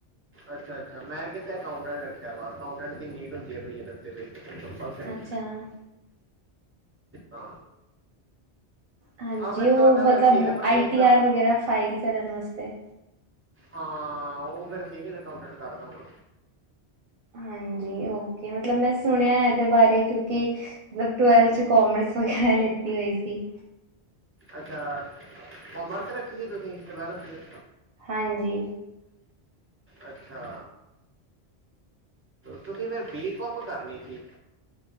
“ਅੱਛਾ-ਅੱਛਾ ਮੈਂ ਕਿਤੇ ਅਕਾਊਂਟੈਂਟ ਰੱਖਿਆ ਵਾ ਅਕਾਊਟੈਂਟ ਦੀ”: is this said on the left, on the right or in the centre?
Right